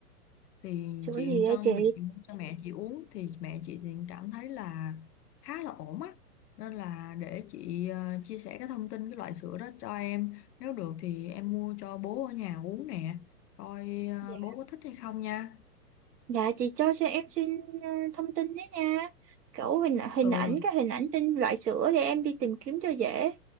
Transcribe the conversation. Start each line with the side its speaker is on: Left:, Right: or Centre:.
Left: thì
Right: sữa
Left: chị
Right: gì vậy
Left: cho
Right: chị
Left: mẹ chị mua cho mẹ chị uống thì mẹ chị thì cảm thấy là khá là ổn á nên là để chị ờ, chia sẻ cái thông tin cái loại sữa đó cho em nếu được thì em mua cho bố ở nhà uống nè coi ờ,
Right: dạ
Left: bố có thích hay không nha
Right: dạ chị cho cho em xin ờ, thông tin đấy nha kiểu hình hình
Left: ừ
Right: ảnh cái hình ảnh tin loại sữa để em đi tìm kiếm cho dễ